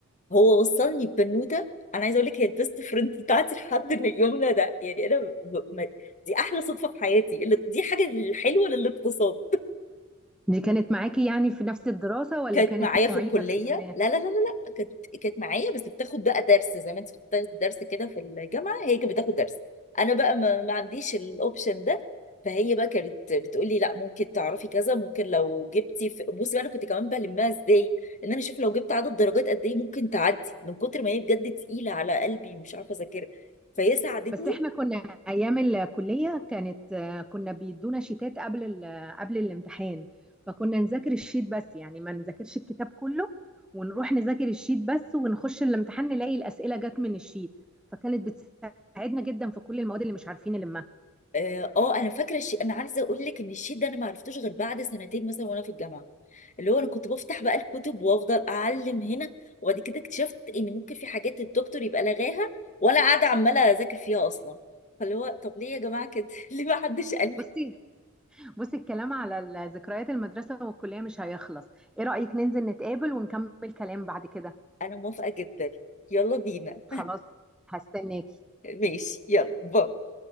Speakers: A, on the left; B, in the centre.
A: هو وصلني ببنوتة أنا عايزة أقول لك هي البيست فريند بتاعتي لحد من يومنا ده يعني أنا ب... ب- ما... دي أحلى صدفة في حياتي اللي... دي حاجة حلوة للاقتصاد
B: دي كانت معاكي يعني في نفس الدراسه ولا
A: كانت
B: كانت
A: معايا في
B: معيده
A: الكلية
B: في الكليه
A: لا لا لا لا لا كانت كانت معايا بس بتاخد بقى درس زي ما انت بتاخد درس كده في الجامعة هي كانت بتاخد درس انا بقى ما, ما عنديش الاوبشن ده فهي بقى كانت بتقول لي لا ممكن تعرفي كذا ممكن لو جبتي في... بصي بقى انا كنت كمان بلمها ازاي ان انا اشوف لو جبت عدد درجات قد ايه ممكن تعدي من كتر ما هي بجد تقيلة على قلبي مش عارفة اذاكرها فهي ساعدتني
B: بس احنا كنا ايام الكليه كانت آه، كنا بيدونا شيتات قبل ال- قبل الامتحان فكنا نذاكر الشيت بس يعني ما نذاكرش الكتاب كله ونروح نذاكر الشيت بس ونخش الامتحان نلاقي الاسئله جت من الشيت فكانت بتساعدنا جدا في كل المواد اللي مش عارفين نلمها
A: اه آه، انا فاكره الشيء انا عايزه اقول لك ان الشيء ده انا ما عرفتوش غير بعد سنتين مثلا وانا في الجامعه اللي هو انا كنت بفتح بقى الكتب وافضل اعلم هنا وبعد كده اكتشفت ان ممكن في حاجات الدكتور يبقى لغاها وانا قاعده عماله اذاكر فيها اصلا فاللي هو طب ليه يا جماعه كده <laughs> ليه ما حدش قال لي
B: بصي بصي الكلام على ال- ذكريات المدرسه والكليه مش هيخلص ايه رايك ننزل نتقابل ونكمل كلام بعد كده
A: انا موافقه جدا يلا بينا
B: خلاص هستناك
A: <laughs> ماشي يلا باي